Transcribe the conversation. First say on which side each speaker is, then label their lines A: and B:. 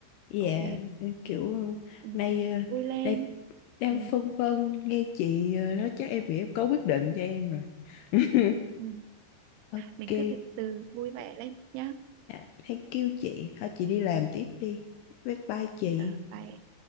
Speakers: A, on the left; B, on the right.
A: Dạ,
B: ok
A: kiểu
B: ừ.
A: nay ờ,
B: vui lên
A: đang đang
B: ừ.
A: phân vân nghe chị ờ, nói chắc em nghĩ em có quyết định cho em rồi. <laughs>
B: Ừ.
A: Ok,
B: mình cứ từ từ vui vẻ lên nhá
A: à, thank you chị. Thôi chị đi làm tiếp đi. Bye bye chị.
B: ờ bye